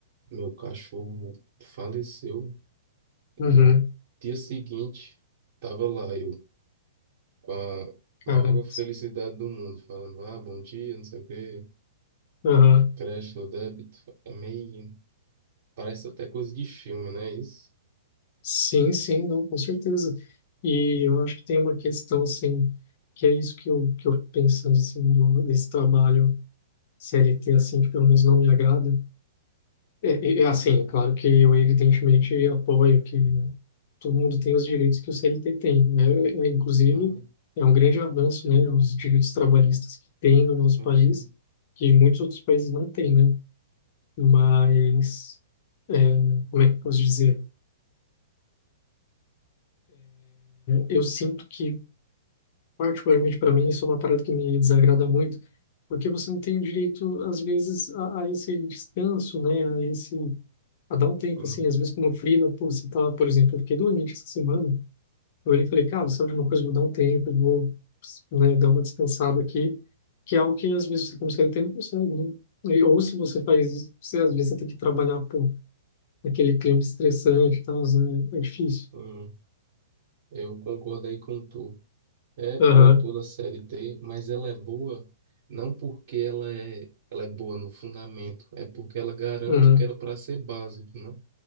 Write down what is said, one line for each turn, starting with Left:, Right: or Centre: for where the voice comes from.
Right: meu cachorro faleceu.
Left: Uhum,
Right: No dia seguinte, estava lá eu com a
Left: cara.
Right: maior felicidade do mundo, falando: Ah, bom dia, não sei o quê,
Left: Aham.
Right: crédito ou débito. É meio. Parece até coisa de filme, né? Isso.
Left: Sim, sim, não, com certeza. E eu acho que tem uma questão, assim, que é isso que eu, que eu fico pensando, assim, do, desse trabalho CLT, assim, que pelo menos não me agrada, É, é, é assim, claro que eu evidentemente apoio que todo mundo tem os direitos que o CLT tem, né? É, Inclusive,
Right: Uhum,
Left: é um grande avanço, né, os direitos trabalhistas que tem no nosso
Right: sim,
Left: país,
Right: sim.
Left: que muitos outros países não têm, né? Mas, é, como é que eu posso dizer? Eu sinto que, particularmente para mim, isso é uma parada que me desagrada muito, porque você não tem direito, às vezes, a, a esse descanso, né, a esse... a dar um tempo,
Right: Hum,
Left: assim, às vezes como freela, pô, você tá, por exemplo, eu fiquei doente essa semana, Eu olhei e falei, cara, sabe de uma coisa, vou dar um tempo, vou, né, dar uma descansada aqui, que é algo que às vezes você consegue ter, não consegue, né? E- Ou se você faz, você às vezes você tem que trabalhar, por aquele clima estressante e tal, né? É difícil.
Right: hum. Eu concordei com tu. É
Left: Aham,
Right: bom em toda a C L T, mas ela é boa não porque ela é, ela é boa no fundamento, é porque ela garante
Left: uhum,
Right: o que era para ser básico, né?